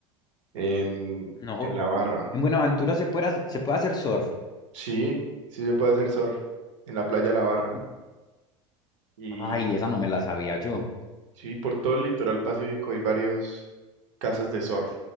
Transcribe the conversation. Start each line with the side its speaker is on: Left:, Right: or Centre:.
Right: en,
Left: No.
Right: en la barra.
Left: En Buenaventura se puede, hacer- se puede hacer surf.
Right: Sí, sí se puede hacer surf en la playa La Barra.
Left: Y-
Right: Y
Left: Ay, esa no me la sabía yo.
Right: sí, por todo el litoral pacífico hay varios casas de surf.